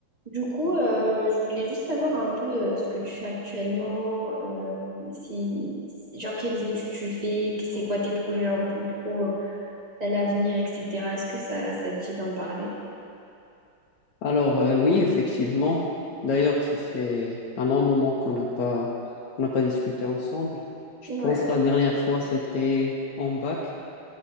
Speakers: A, on the right; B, on the left.
A: Du coup, euh, je voulais juste savoir un peu euh, ce que tu fais actuellement, euh, si, si- genre quelles études tu fais, que- c'est quoi tes projets un peu pro euh, à l'avenir, etc. Est-ce que ça, ça te dit d'en parler?
B: Alors, euh, oui, effectivement. D'ailleurs, ça fait un long moment qu'on n'a pas, qu'on n'a pas discuté ensemble. Je
A: Ouais,
B: pense que la dernière fois, c'était en bac,